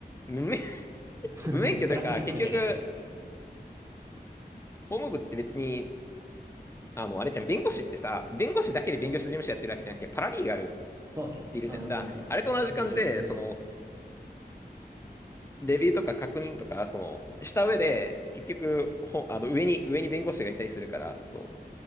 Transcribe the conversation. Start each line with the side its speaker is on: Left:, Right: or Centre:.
Left: 無免、<laughs>
Right: <laughs> ブラックジャックみたいなやついん
Left: 無免許というか、結局、法務部って別に、あの、あれじゃん、弁護士ってさ、弁護士だけで弁護士事務所やってるわけじゃなくて、パラリーガル
Right: そうね。
Left: いるじゃん。
Right: まあもちろん、
Left: だから、
Right: その、
Left: あれと同じ感じで、
Right: いろいろやってるやつが。
Left: その、レビューとか確認とか、その、した上で、結局、ほ、あの、上に、上に弁護士がいたりするから、そう。だか